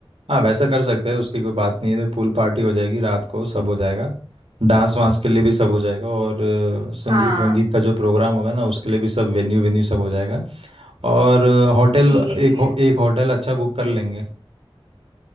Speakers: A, on the right; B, on the right.
A: हाँ वैसा कर सकते हैं उसकी कोई बात नहीं है तो पूल पार्टी हो जाएगी रात को सब हो जाएगा डांस वांस के लिए भी सब हो जाएगा और अ, संगीत
B: हाँ
A: वंगीत का जो प्रोग्राम होगा ना उसके लिए भी सब वेन्यू वेन्यू सब हो जाएगा और अ, होटल
B: ठीक है
A: एक
B: ठीक
A: हो,
B: है
A: एक होटल अच्छा बुक कर लेंगे